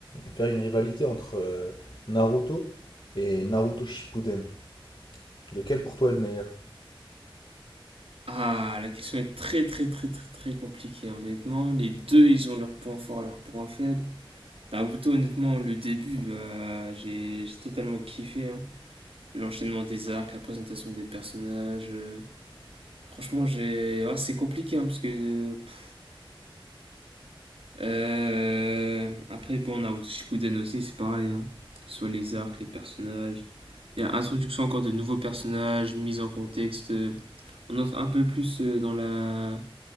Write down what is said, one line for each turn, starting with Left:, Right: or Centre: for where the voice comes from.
Left: faire une rivalité entre euh, Naruto et Naruto Shippuden, lequel pour toi est le meilleur?
Right: Ah, la question est très, très, très, très, très compliquée, hein, honnêtement. Les deux, ils ont leurs points forts et leurs points faibles. Naruto, honnêtement, le début, bah, j'ai, j'ai totalement kiffé. hein. L'enchaînement des arcs, la présentation des personnages. euh, Franchement, j'ai. ouais, c'est compliqué, hein, parce que. euh, pff. Euh, Après, bon, Naruto Shippuden aussi, c'est pareil. hein. Que ce soit les arcs, les personnages. Il y a introduction encore de nouveaux personnages, mise en contexte. On entre un peu plus euh, dans la,